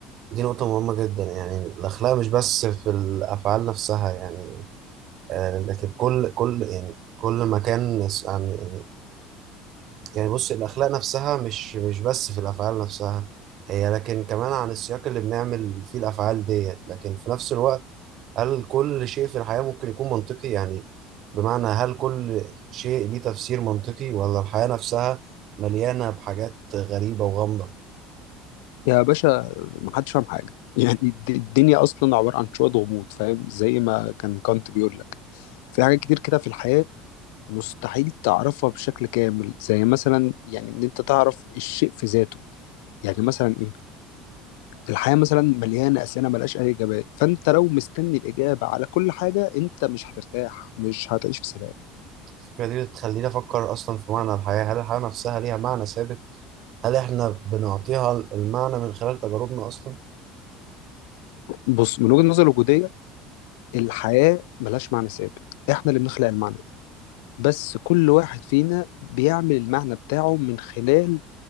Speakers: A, on the right; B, on the left.
A: دي نقطة مهمة جدا يعني الأخلاق مش بس في الأفعال نفسها يعني آه، لكن كل كل يعني كل مكان نس- عم- يعني يعني بص الأخلاق نفسها مش مش بس في الأفعال نفسها هي لكن كمان عن السياق اللي بنعمل فيه الأفعال ديت لكن في نفس الوقت هل كل شيء في الحياة ممكن يكون منطقي يعني بمعنى هل كل شيء ليه تفسير منطقي ولا الحياة نفسها مليانة بحاجات غريبة وغامضة
B: يا باشا محدش فاهم حاجة <laughs> يعني الد- الدنيا أصلا عبارة عن شوية غموض فاهم زي ما كان كانت بيقول لك في حاجات كتير كده في الحياة مستحيل تعرفها بشكل كامل زي مثلا يعني ان انت تعرف الشيء في ذاته يعني مثلا ايه الحياة مثلا مليانة أسئلة ملهاش أي إجابات فأنت لو مستني الإجابة على كل حاجة أنت مش هترتاح مش هتعيش في سلام
A: الفكرة دي بتخليني أفكر أصلا في معنى الحياة هل الحياة نفسها ليها معنى ثابت؟ هل إحنا بنعطيها المعنى من خلال تجاربنا أصلا؟
B: بص من وجهة نظر الوجودية الحياة ملهاش معنى ثابت إحنا اللي بنخلق المعنى ده بس كل واحد فينا بيعمل المعنى بتاعه من خلال